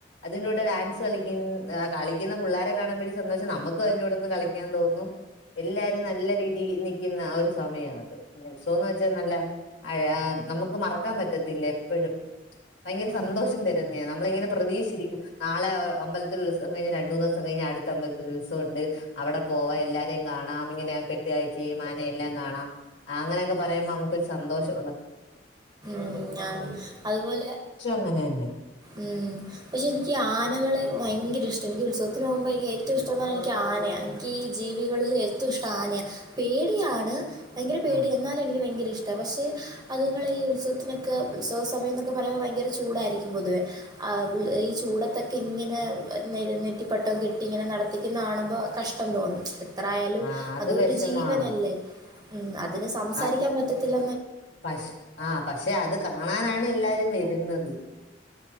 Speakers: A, on the left; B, on the right.
A: അതിന്റൂടെ ഡാൻസ് കളിക്കുൻ <unintelligible> അ കളി ഇന്ന് പുള്ളാരെകാണുമ്പയ് സന്തോഷം നമ്മക്കും അയിൻ്റൂടെന്ന്കളിക്കാൻ തോന്നും എല്ലാരും നല്ല രീതിയിൽ നി ക്ക്‌ന്ന് ആ ഒരുസമയാത് ഉത്സവാന്ന് വെച്ചാൽ നല്ല ആ നമ്മക്ക് മറക്കാൻ പറ്റത്തില്ല എപ്പോഴും ഭയങ്കരസന്തോഷം
B: ഉം.
A: തരും ന്നെ നമ്മളിങ്ങനെ പ്രതീക്ഷിച്ചിരിക്കും നാളെ ഹ് അമ്പലത്തിൽ <unintelligible> രണ്ടു മൂന്നോസം കഴിഞ്ഞ് അടുത്തമ്പലത്തിൽ ഉത്സവണ്ട് അവടെപോവാ എല്ലാരെയ് കാണാം എന്നിങ്ങനെ <unintelligible> <unintelligible> ഏയ്മാനിം എല്ലാം കാണാം ആങ്ങനെയൊക്കെ പറയുമ്പോ നമുക്കൊരു സന്തോഷം
B: <unintelligible> അതുപോലെ
A: അങ്ങനെ തന്നെ
B: ഉം പക്ഷെ ഇനിക്ക് ആനകളെ ഭയങ്കര ഇഷ്ടം ഇനിക്ക് ഉത്സവത്തിന് പോകുമ്പോ അയ്ലേറ്റെം ഇഷ്ടം പറഞ്ഞ ഇൻക്ക് ആ നെ ഇൻക്കീ ജീവികളിൽ ഏറ്റെം ഇഷ്ടം ആനയാ പേടിയാണ് ഭയങ്കര പേടിയാ
A: ആഹ്
B: എന്നാലും എനിക്ക് ഭയങ്കര ഇഷ്ടാ പക്ഷേ അതുങ്ങള് ഈ ഉത്സവത്തിന് ക്കെ ഉത്സവ സമയം എന്നൊക്കെ പറയുമ്പം ഭയങ്കര ചൂടായിരിക്കും പൊതുവേ ആ ഈ ചൂടത്തെക്കെ ഇങ്ങനെ നെ നെറ്റിപ്പട്ടം കെട്ടിങ്ങനെ നടത്തിക്കുന്ന ആണുമ്പോ കഷ്ടം തോന്നും എത്രായാലും
A: ആഹ് അത്
B: അതൊരു
A: വിഷമാണ്
B: ജീവനല്ലേ ഉം അതിന് സംസാരിക്കാൻ
A: അത്
B: പറ്റത്തില്ല
A: പശ് ആഹ് പക്ഷെ അത് കാണാനാണ് എല്ലാരും വരുന്നത്